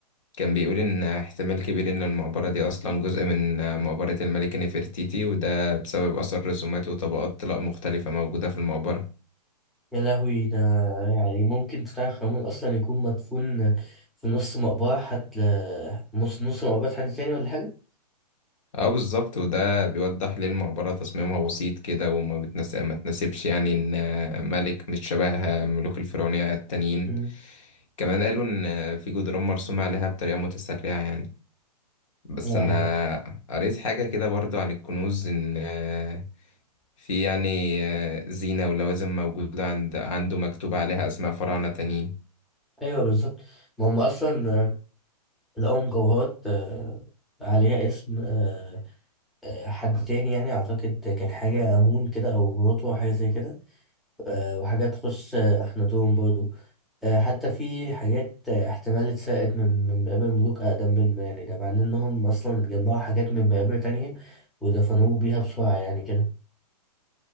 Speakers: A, on the left; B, in the centre.
A: كان بيقول ان احتمال كبير ان المقبرة دي اصلا جزء من مقبرة الملكة نفرتيتي وده بسبب اثر رسومات وطبقات طلاء مختلفة موجودة في المقبرة
B: يا لهوي ده يعني ممكن تتعرف خامون أصلا يكون مدفون في نص مقبرة حد نص نص مقبرة حد تاني ولا حاجة؟
A: اه بالظبط وده بيوضح ليه المقبرة تصميمها بسيط كده وما بتناسب ما تناسبش يعني ان ملك مش شبه ملوك الفرعونية التانيين
B: مم.
A: كمان قالوا ان في جدران مرسومة عليها بطريقة متسرعة يعني بس
B: لا
A: انا قريت حاجة كده برضو عن الكنوز ان آه، في يعني آه، زينة ولوازم موجودة عند عنده مكتوب عليها اسماء فراعنة تانيين
B: أيوه بالظبط ما هم أصلا آه، لقوا مجوهرات آه، عليها اسم آه، آه، حد تاني يعني أعتقد كان حاجة أمون كده أو مراته أو حاجة زي كده آه، وحاجات تخص آه، أخناتون برضو آه، حتى في حاجات آه، احتمال اتسرقت من من مقابر ملوك أقدم منه يعني ده معناه إنهم أصلا جمعوا حاجات من مقابر تانية ودفنوه بيها بسرعة يعني كده